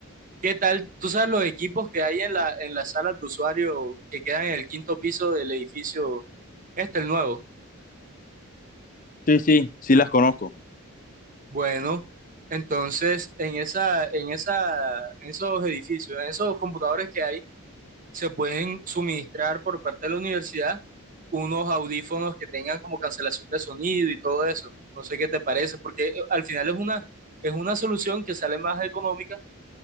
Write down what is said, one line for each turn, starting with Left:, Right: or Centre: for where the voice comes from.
Right: ¿Qué tal? ¿Tú sabes los equipos que hay en la, en las salas de usuario que quedan en el quinto piso del edificio? Este, el nuevo.
Left: Sí, sí, sí las conozco.
Right: Bueno, entonces en esa, en esa, en esos edificios, en esos computadores que hay, se pueden suministrar por parte de la universidad unos audífonos que tengan como cancelación de sonido y todo eso. No sé qué te parece, porque eh, al final es una, es una solución que sale más económica